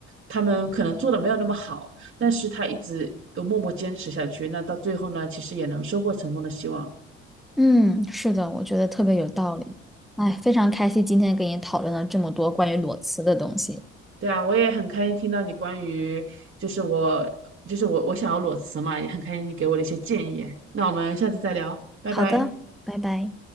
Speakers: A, on the right; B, in the centre.
A: 他们可能做的没有那么好，但是他一直有默默坚持下去，那到最后呢，其实也能收获成功的希望。
B: 嗯，是的，我觉得特别有道理。哎，非常开心今天跟你讨论了这么多关于裸辞的东西。
A: 对啊，我也很开心听到你关于就是我就是我我想要裸辞嘛，也很开心你给我的一些建议。那我们下次再聊，拜拜。
B: 好的，拜拜。